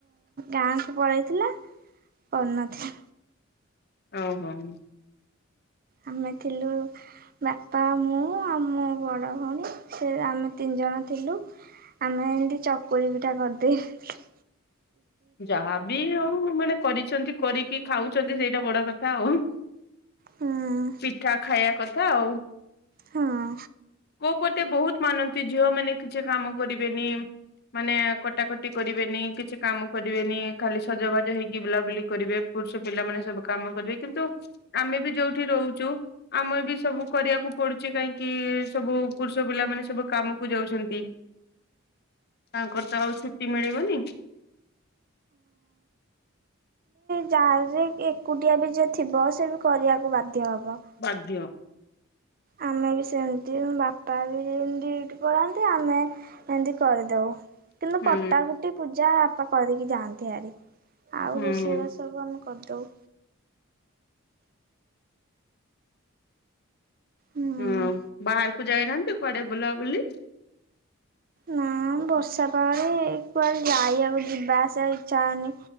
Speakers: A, on the right; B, on the left.
A: ଗାଁକୁ ପଳାଇଥିଲା। କରି ନଥିଲା।
B: ଓ ହଂ।
A: ଆମେ ଥିଲୁ ବାପା ମୁଁ ଆଉ ମୋ ବଡ ଭଉଣୀ ସେ ଆମେ ତିନି ଜଣ ଥିଲୁ। ଆମେ ଏମିତି ଚକୁଳି ପିଠା କରିଦେଇ ଥିଲୁ।
B: ଯାହାବି ହୋଉ ମାନେ କରିଚନ୍ତି କରିକି ଖାଉଚନ୍ତି ସେଇଟା ବଡ କଥା ଆଉ।
A: ହୁଁ
B: ପିଠା ଖାଇବା କଥା ଆଉ।
A: ହଁ।
B: କୋଉ ପଟେ ବୋହୁତ ମାନନ୍ତି। ଝିଅ ମାନେ କିଛି କାମ କରିବେନି। ମାନେ କଟାକଟି କରିବେନି କିଛି କାମ କରିବେନି ଖାଲି ସଜବାଜ ହେଇକି ବୁଲାବୁଲି କରିବେ। ପୁରୁଷ ପିଲାମାନେ ସବୁ କାମ କରିବେ କିନ୍ତୁ ଆମେ ବି ଯୋଉଠି ରହୁଚୁ। ଆମର ବି ସବୁ କରିବାକୁ ପଡୁଚି କାହିଁକି ସବୁ ପୁରୁଷ ପିଲା ମାନେ ସବୁ କାମକୁ ଯାଉଚନ୍ତି। ତାଙ୍କର ତ ଆଉ ଛୁଟି ମିଳିବନି।
A: ଯାହର ଯିଏ ଏକୁଟିଆ ବି ଯଏ ଥିବ ସେବି କରିବାକୁ ବାଧ୍ୟ ହବ।
B: ବାଧ୍ୟ।
A: ଆମେ ବି ସେମିତି ମୋ ବାପା ବି <unintelligible> ଡିଉଟି ପଳାନ୍ତି। ଆମେ ଏମିତି କରିଦୋଉ। କିନ୍ତୁ
B: ହୁଁ
A: କଟାକୁଟି ପୂଜା ପା କରିକି ଯାଆନ୍ତି ହାରି ଆଉ
B: ହୁଁ।
A: ରୋଷେଇବାସ ସବୁ ଆମେ କରିଦଉ ହୁଁ
B: ହଁ ବାହାରକୁ ଯାଇନାହାନ୍ତି? କୁଆଡେ ବୁଲାବୁଲି
A: ନା ବର୍ଷା ପାଗରେ କୁଆଡେ ଯାଇ ଆକୁ ଯିବା ଆସିବା ଇଚ୍ଛା ହଉନି